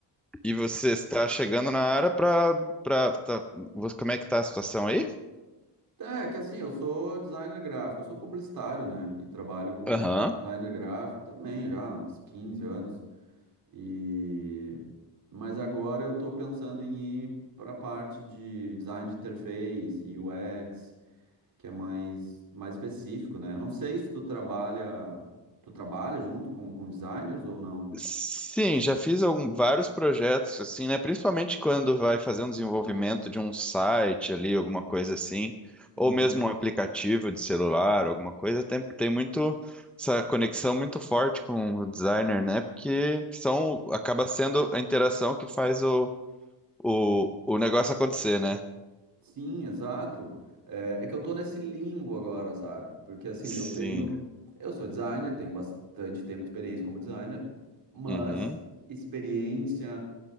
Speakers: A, in the centre; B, on the right.
A: E você está chegando na área pra, pra, tá- você- como é que tá a situação aí?
B: Ah, é que assim, eu sou designer gráfico, eu sou publicitário, né? E trabalho com
A: Aham.
B: designer gráfico também já há uns 15 anos. E... Mas agora eu tô pensando em ir para a parte de design de interface, UX, que é mais, mais específico, né? Eu não sei se tu trabalha, tu trabalha junto com, com designers ou não.
A: Sim, já fiz algum- vários projetos assim, né? Principalmente quando vai fazer um desenvolvimento de um site ali, alguma coisa assim,
B: Uhum.
A: ou mesmo um aplicativo de celular, alguma coisa, tem, tem muito essa conexão muito forte com o designer, né? Porque são, acaba sendo a interação que faz o, o, o negócio acontecer, né?
B: Sim, exato. É, é que eu tô nesse limbo agora, sabe? Porque assim,
A: Sim.
B: eu tenho, eu sou designer, tenho bastante tempo de experiência como designer, mas
A: Uhum.
B: experiência,